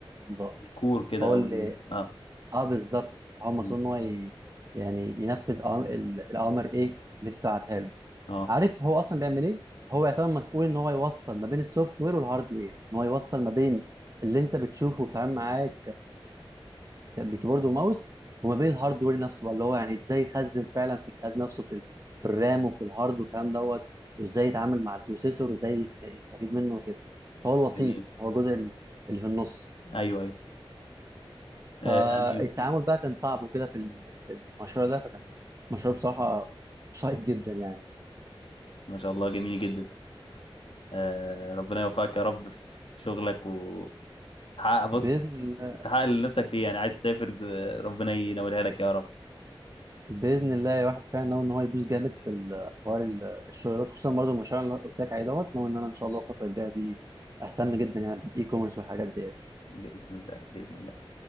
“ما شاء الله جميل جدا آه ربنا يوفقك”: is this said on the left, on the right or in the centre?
Left